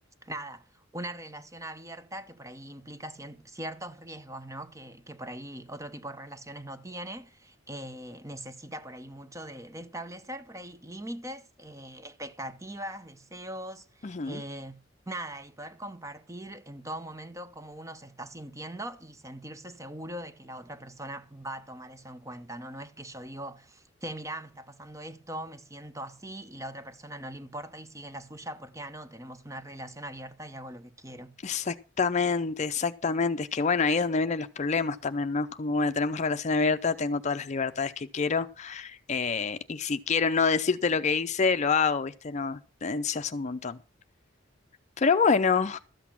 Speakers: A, on the right; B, on the left.
A: nada, una relación abierta que por ahí implica cien- ciertos riesgos, ¿no? Que, que por ahí otro tipo de relaciones no tiene, eh, necesita por ahí mucho de, de establecer por ahí límites, eh, expectativas, deseos.
B: Ujú.
A: eh, Nada, y poder compartir en todo momento cómo uno se está sintiendo y sentirse seguro de que la otra persona va a tomar eso en cuenta, ¿no? No es que yo digo, che, mirá, me está pasando esto, me siento así, y la otra persona no le importa y sigue en la suya porque, ah, no, tenemos una relación abierta y hago lo que quiero.
B: Exactamente, exactamente. Es que bueno, ahí es donde vienen los problemas también, ¿no? Es como, bueno, tenemos relación abierta, tengo todas las libertades que quiero. eh, y si quiero no decirte lo que hice, lo hago, ¿viste? No, eh, ya es un montón. Pero bueno,